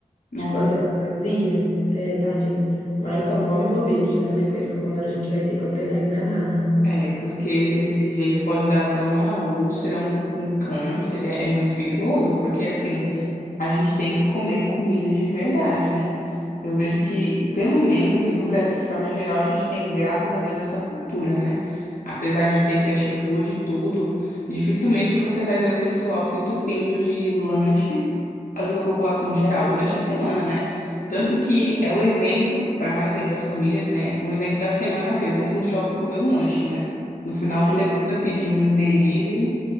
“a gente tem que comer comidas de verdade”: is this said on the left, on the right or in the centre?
Left